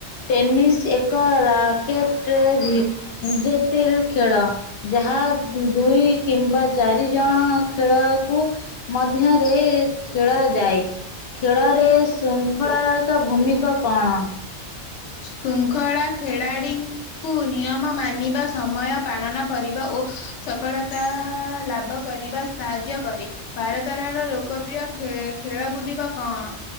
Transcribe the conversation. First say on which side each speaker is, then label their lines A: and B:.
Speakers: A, on the left; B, on the left.
A: ଟେନିସ ଏକ ରାକେଟରେ ଜ <unintelligible> ଖେଳ। ଯାହା ଦୁଇ କିମ୍ବା ଚାରି ଜଣ ଖେଳକୁ ମଧ୍ୟରେ ଖେଳାଯାଏ। ଖେଳରେ ଶୃଙ୍ଖଳାରତ ଭୂମିକା କଣ?
B: ଶୃଙ୍ଖଳା ଖେଳାଳିଙ୍କୁ ନିୟମ ମାନ ଆଣିବା ସମୟ ପାଳନ କରିବା ଓ ସଫଳତା ଲାଭ କରିବା କରିବା ସାହାଯ୍ୟ କରେ। ଭାରତରର ଲୋକପ୍ରିୟ ଖେ ଖେଳ ଗୁଡିକ କଣ?